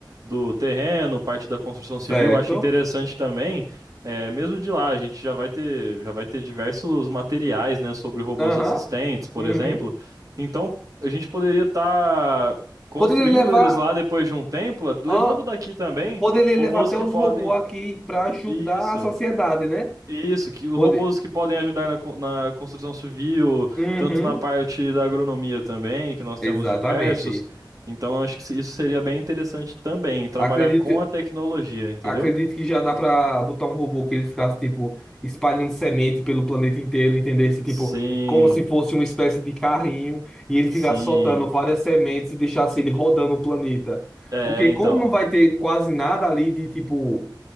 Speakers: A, on the right; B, in the centre.
A: do terreno, parte da construção civil,
B: certo.
A: eu acho interessante também. É, mesmo de lá, a gente já vai ter, já vai ter diversos materiais, né, sobre robôs
B: Aham.
A: assistentes, por
B: Uhum.
A: exemplo. Então, a gente poderia estar construindo
B: Poderia levar,
A: eles lá depois de um tempo, levando
B: ah,
A: daqui também
B: poderia levar
A: robôs
B: até
A: que
B: os
A: podem.
B: robôs aqui para ajudar
A: Isso.
B: a sociedade, né?
A: Isso, que os
B: Poder.
A: robôs que podem ajudar na, con- na construção civil,
B: Uhum.
A: tanto na parte da agronomia também, que nós temos
B: Exatamente.
A: diversos. Então, acho que se- isso seria bem interessante também, trabalhar
B: Acredito,
A: com a tecnologia, entendeu?
B: acredito que já dá pra botar um robô que ele ficasse, tipo, espalhando semente pelo planeta inteiro, entendesse, tipo,
A: Sim,
B: como se fosse uma espécie de carrinho e ele
A: sim.
B: ficasse soltando várias sementes e deixasse ele rodando o planeta.
A: É,
B: Porque
A: então.
B: como não vai ter quase nada ali de, tipo,